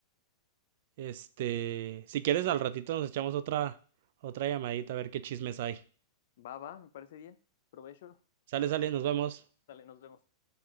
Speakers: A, on the right; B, on the left.
A: Este, si quieres al ratito nos echamos otra, otra llamadita a ver qué chismes hay.
B: Va, va, me parece bien. Provecho.
A: Sale, sale, nos vemos.
B: Dale, nos vemos.